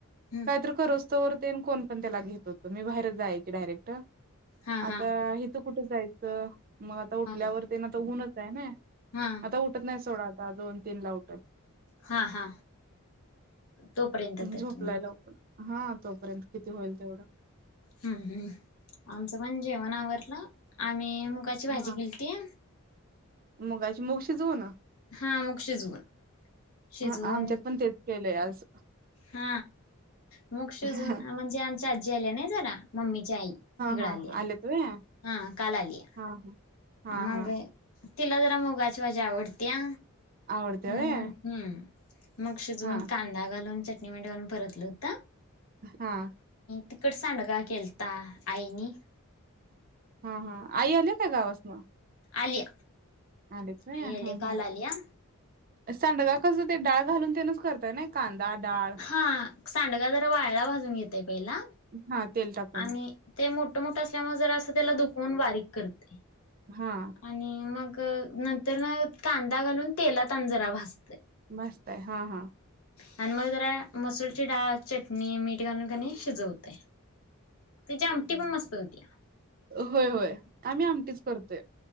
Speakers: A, on the left; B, on the right.
A: हम्म
B: काहीतर करोस्तवर तेन कोण पण त्याला घेत होतं, मी बाहेर जायाची डायरेक्ट,
A: हा
B: आता
A: हा
B: हिथं कुठं जायचं? मग आता उठल्यावरती
A: हा
B: अन आता ऊनच आहे ना,
A: हा
B: आता उठत नस सोडा आता दोन तीनला उठल.
A: हा हा. तोपर्यंत
B: झोपलाय
A: तर किमान
B: लवकर हा तोपर्यंत किती होईल तेवढं?
A: हम्म हम्म आमचं पण जेवण आवरलं आम्ही मुगाची भाजी
B: हा
A: केलती.
B: मुगाची -मुग शिजवून?
A: हा मुग शिजवून शिजवून
B: हा आमच्यात पण तेच केलंय आज.
A: हा मग शिजून
B: हा
A: म्हणजे, आमची आजी आल्या नाही जरा. मम्मीची आई हिकडं
B: हा
A: आल्या
B: आलेत व्हय
A: हा काल आल्या.
B: हा हा
A: मग
B: हा
A: तिला जरा मुगाची भाजी आवडत्या.
B: आवडत्या
A: म्हणून
B: व्हय
A: हम. मग शिजवून
B: हा
A: कांदा घालून चटणी मिठ घालून परतलं होत.
B: हा.
A: तिकट सांडगा केलता आईनी.
B: हा हा आई आल्या का गावासन?
A: आली.
B: आलेत व्हय
A: आई
B: हम्म
A: आल्या काल
B: हम्म
A: आल्या.
B: सांडगा कसं ते डाळ घालून तेनच करताय नाय, कांदा, डाळ
A: हा सांडगा जरा वाळला भाजून घेतोय पहिला.
B: हा. तेल टाकून
A: आणि ते मोठ मोठं असल्यामुळे जरा असं त्याला दुखवून बारीक करतय.
B: हा
A: आणि मग नंतर ना कांदा घालून तेला आणि तजरा भाज
B: भाजतायं हा हा.
A: आणि मग जरा मसूरची डाळ, चटणी, मीठ घालून कनइ शिजवतोय. तेची आमटी पण मस्त होत्या.
B: होय होय, आम्ही आमटीच करतोय.